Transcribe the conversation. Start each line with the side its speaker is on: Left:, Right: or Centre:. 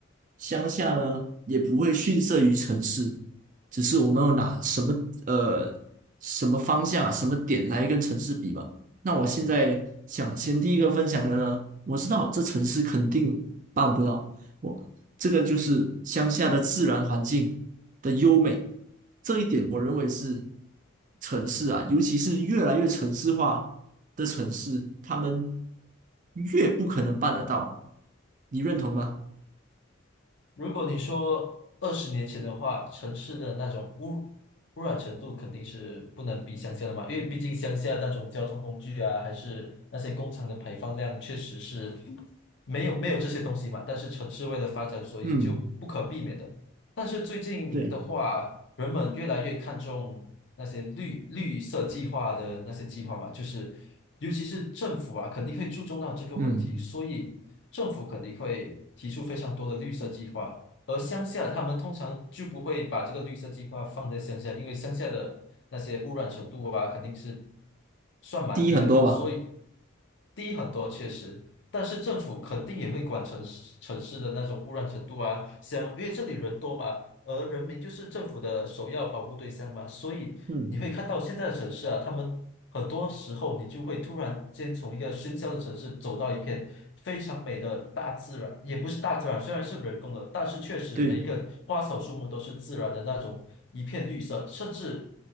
Right: 乡下呢也不会逊色于城市，只是我们有拿什么呃什么方向、什么点来跟城市比嘛。那我现在想先第一个分享的呢，我知道这城市肯定办不到，我这个就是乡下的自然环境。的优美，这一点我认为是城市啊，尤其是越来越城市化的城市，他们越不可能办得到，你认同吗？
Left: 如果你说二十年前的话，城市的那种污污染程度肯定是不能比乡下的嘛，因为毕竟乡下那种交通工具啊，还是那些工厂的排放量，确实是没有没有这些东西嘛。但是城市为了发展，所以就不可避免的。
Right: 嗯，
Left: 但是最近的话，
Right: 对，
Left: 人们越来越看重那些绿绿色计划的那些计划嘛，就是尤其是政府啊，肯定会注重到这个问题，
Right: 嗯，
Left: 所以政府肯定会提出非常多的绿色计划，而乡下他们通常就不会把这个绿色计划放在乡下，因为乡下的那些污染程度啊，肯定是算蛮低的吧，
Right: 低很多吧。
Left: 所以低很多确实。但是政府肯定也会管城市城市的那种污染程度啊，像因为这里人多嘛，而人民就是政府的首要保护对象嘛，所以你会看到现在的城市啊，
Right: 嗯，
Left: 他们很多时候你就会突然间从一个喧嚣的城市走到一片非常美的大自然，也不是大自然，虽然是人工的，但是确实每一个花草树木都是自然的那种一片绿色，
Right: 对。
Left: 甚至